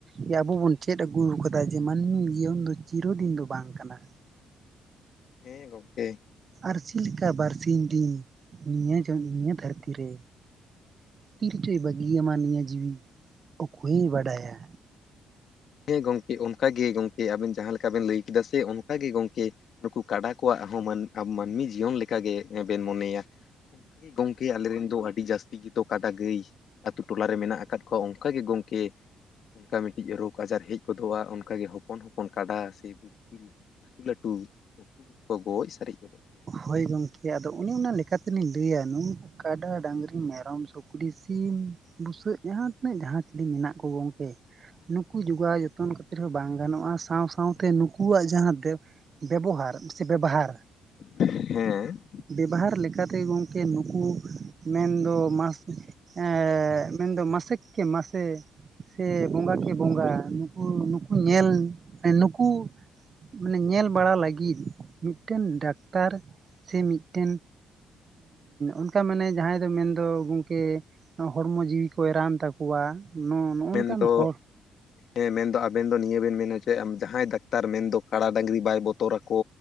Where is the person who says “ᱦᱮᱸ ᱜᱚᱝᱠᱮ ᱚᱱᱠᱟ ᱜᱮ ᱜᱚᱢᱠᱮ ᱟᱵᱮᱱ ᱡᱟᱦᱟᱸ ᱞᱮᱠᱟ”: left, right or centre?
Left